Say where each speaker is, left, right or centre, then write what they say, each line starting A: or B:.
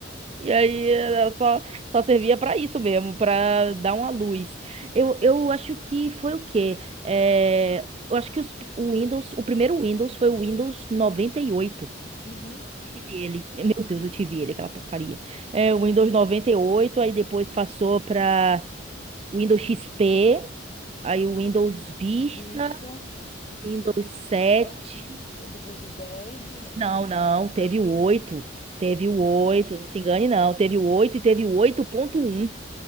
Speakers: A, on the right; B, on the left.
A: E aí era só só servia pra isso mesmo, pra dar uma luz. Eu, eu acho que foi o quê? É, eu acho que os- o Windows, o primeiro Windows foi o Windows noventa e oito
B: Uhum.
A: Tive ele. Meu Deus, eu tive ele, aquela porcaria. É, o Windows 98 aí depois passou pra Windows XP, aí o Windows Vista,
B: Vista,
A: Windows sete
B: sete, depois o 10 e o 11.
A: Não, não, teve o oito Teve o oito
B: Ah,
A: não se engane não. Teve o 8 e teve o oito ponto um